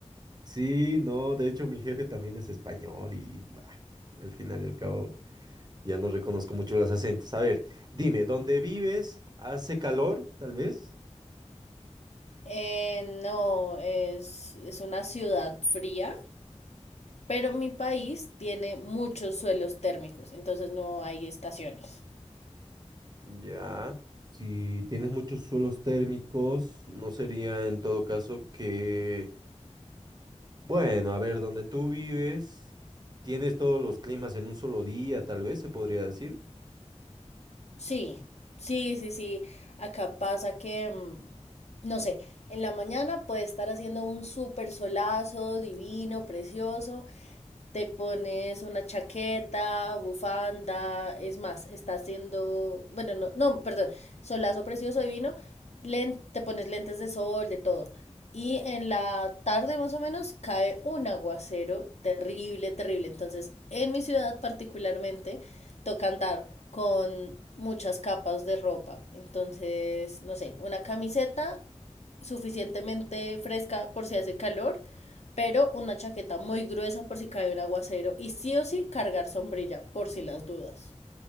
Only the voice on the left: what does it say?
Eh, no, es, es una ciudad fría, pero mi país tiene muchos suelos térmicos, entonces no hay estaciones.
Sí, sí, sí, sí. Acá pasa que, mm, no sé, en la mañana puede estar haciendo un súper solazo divino, precioso, te pones una chaqueta, bufanda, es más, está haciendo, bueno, no, no, perdón, solazo precioso divino, len- te pones lentes de sol, de todo. Y en la tarde más o menos cae un aguacero terrible, terrible. Entonces, en mi ciudad particularmente, toca andar con muchas capas de ropa. Entonces, no sé, una camiseta suficientemente fresca por si hace calor pero una chaqueta muy gruesa por si cae un aguacero y sí o sí cargar sombrilla por si las dudas.